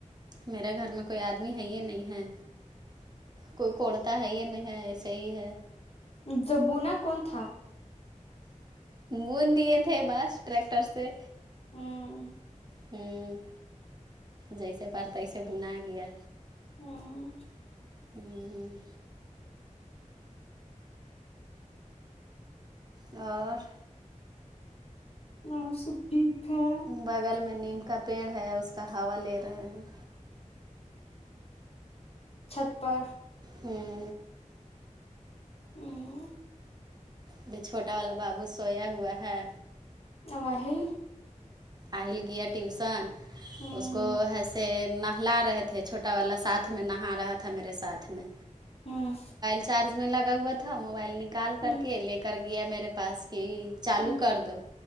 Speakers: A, on the right; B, on the left.
A: میرے گھر میں کوئی آدمی ہے ہی نہیں ہے کوئی کوڑتا ہے یا نہیں ہے ایسے ہی ہے
B: تو بنا کون تھا
A: بند دیے تھے بس ٹریکٹر سے
B: ہاں
A: ہوں جیسے پار تیسے بنا گیا
B: ہاں
A: ہوں اور
B: اور سب ٹھیک ہے
A: بغل میں نیم کا پیڑ ہے اس کا ہوا لے رہے ہیں
B: چھت پر
A: ہوں
B: ہوں
A: ابھی چھوٹا والا بابو سویا ہوا ہے
B: نواحل
A: اہل گیا ٹیوسن
B: ہوں
A: اس کو ہےسے نہ لا رہے تھے چھوٹا والا ساتھ میں نہا رہا میرے ساتھ میں
B: ہوں
A: چارج میں لگا ہوا تھا موبائل نکال کر
B: ہوں
A: کے لے کر گیا میرے چالو
B: ہوں
A: کر دو